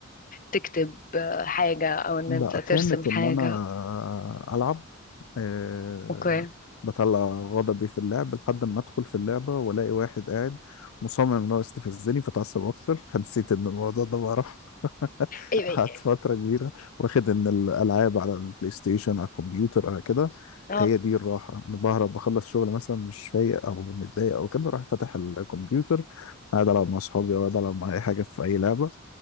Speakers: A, on the left; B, on the left.
A: تكتب حاجه او ان
B: لا
A: انت ترسم
B: كانت
A: حاجه
B: ان انا العب أه
A: اوكي
B: بطلع غضبي في اللعب لحد ما ادخل في اللعبه والاقي واحد قاعد مصمم ان هو يستفزني فتعصب اكتر <laughs> فنسيت ان الموضوع ده بقى <laughs>
A: أيوة.
B: قعدت فتره كبيره واخد ان الالعاب على البلاي ستيشن على الكمبيوتر على كده
A: اه
B: هي دي الراحه انا بهرب بخلص شغل مثلا مش فايق او متضايق او كده اروح فاتح الكمبيوتر قاعد العب مع اصحابي او قاعد العب مع اي حاجه في اي لعبه